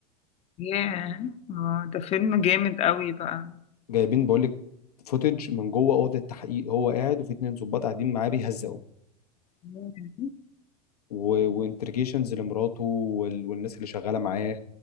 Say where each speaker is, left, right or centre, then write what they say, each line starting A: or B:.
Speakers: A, on the left; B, on the left.
A: ياه اه ده فيلم جامد قوي بقى
B: جايبين بقول لك فوتج من جوه اوضه التحقيق هو قاعد وفي اتنين ظباط قاعدين معاه بيهزقوا
A: ياه.
B: وانترجيشنز لمراته وال... والناس اللي شغاله معاه